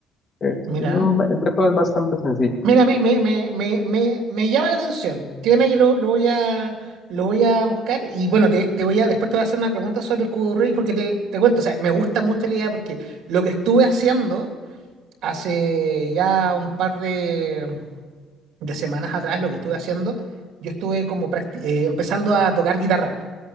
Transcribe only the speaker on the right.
Mira.
Mira, me, me, me, me, me, me llama la atención. Créeme que lo, lo voy a, lo voy a buscar. Y bueno, te, te voy a, después te voy a hacer una pregunta sobre el curry, porque te, te cuento, o sea, me gusta mucho la idea porque lo que estuve haciendo hace ya un par de, de semanas atrás, lo que estuve haciendo, yo estuve como practi- eh, empezando a tocar guitarra.